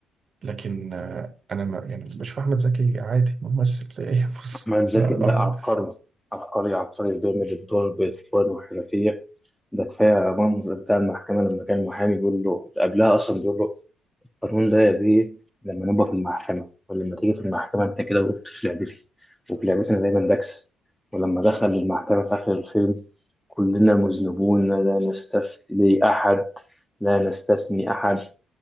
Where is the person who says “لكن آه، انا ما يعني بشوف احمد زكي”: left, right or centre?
Right